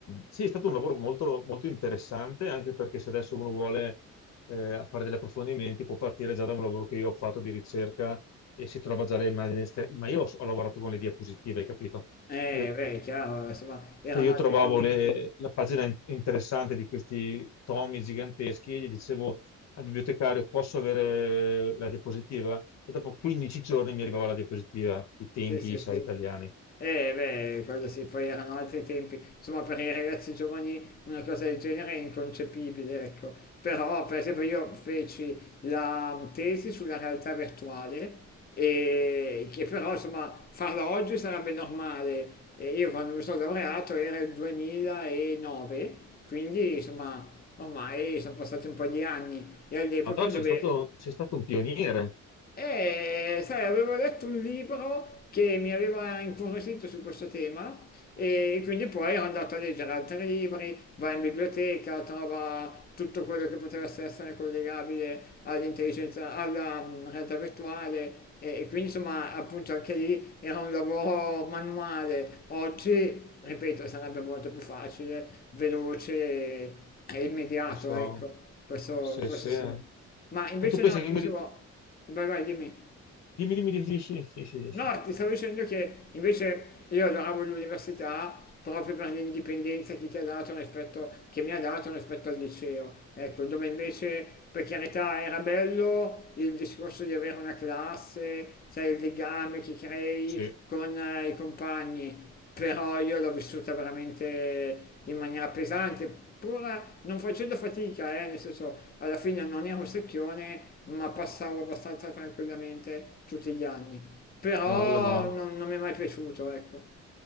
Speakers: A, on the left (about 65°); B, on the left (about 30°).
A: Sì, è stato un lavoro molto, molto interessante, anche perché se adesso uno vuole eh, fare degli approfondimenti può partire già da un lavoro che io ho fatto di ricerca e si trova già le immagini, in scher- ma io ho ho lavorato con le diapositive, hai capito?
B: Eh
A: Io
B: beh, è chiaro, insomma, erano
A: e Io
B: altri
A: trovavo
B: tempi.
A: le- la pagina in- interessante di questi tomi giganteschi e gli dicevo al bibliotecario: Posso avere la diapositiva? E dopo 15 giorni mi arrivava la diapositiva, i tempi,
B: Sì, sì, sì.
A: sai, italiani.
B: Eh beh, quello sì, poi erano altri tempi. Insomma, per i ragazzi giovani una cosa del genere è inconcepibile, ecco. Però, per esempio, io feci la mm, tesi sulla realtà virtuale e che però, insomma, farla oggi sarebbe normale. E io quando mi sono laureato era il 2009, quindi, insomma, ormai sono passati un po' di anni e all'epoca
A: Ma no,
B: dove...
A: sei stato, sei stato un pioniere.
B: E sai, avevo letto un libro che mi aveva incuriosito su questo tema e quindi poi ero andato a leggere altri libri, va in biblioteca, trova tutto quello che poteva essere collegabile all'intelligenza, alla mm, realtà virtuale e, e quindi insomma appunto anche lì era un lavoro manuale. Oggi, ripeto, sarebbe molto più facile, veloce e immediato,
A: Adesso,
B: ecco, questo,
A: se,
B: Sì, questo
A: se...
B: sì.
A: eh.
B: sì. Ma invece
A: Ma tu pensi
B: no,
A: che
B: ti
A: mi...
B: dicevo,
A: ri-
B: vai vai, dimmi.
A: Dimmi, dimmi, dimmi, sì, sì, sì, sì.
B: No,
A: Sì.
B: ti stavo dicendo che invece io adoravo l'università proprio per l'indipendenza che ti ha dato rispetto, che mi ha dato rispetto al liceo. Ecco, dove invece, per carità, era bello il discorso di avere una classe, sai, il legame che crei
A: Sì.
B: con eh, i compagni, però io l'ho vissuta veramente in maniera pesante, pur non facendo fatica, eh, nel senso alla fine non ero secchione, ma passavo abbastanza tranquillamente tutti gli anni. Però
A: No, io no.
B: non, non mi è mai piaciuto, ecco.